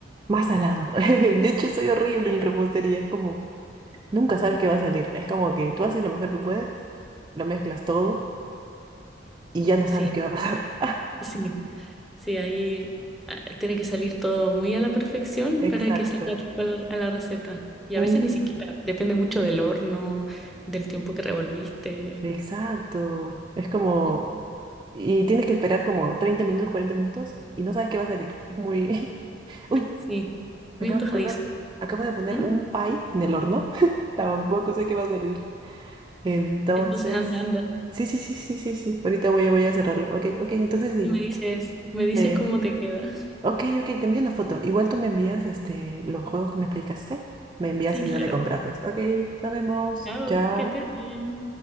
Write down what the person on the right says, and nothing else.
Más salado. <laughs> De hecho, soy horrible en repostería. Es como, nunca sabes qué va a salir. Es como que tú haces lo mejor que puedes, lo mezclas todo y ya no sabes
qué va a pasar.
<laughs> Exacto.
Ujú,
Exacto. Es como...
Y tienes que esperar como 30 minutos, 40 minutos y no sabes qué va a salir. Es muy... <laughs> Uy,
me acabo
de acordar. Acabo de poner
un pie en el horno. <laughs> Tampoco sé qué va a salir. Entonces...
Sí, sí, sí, sí, sí, sí. Ahorita voy a, voy a cerrarlo. Ok, ok. Entonces sí.
Me...
Ok, ok. Te envío una foto. Igual tú me envías este, los juegos que me explicaste. Me envías
ahí
donde comprarlos. Ok, nos vemos.
Chao.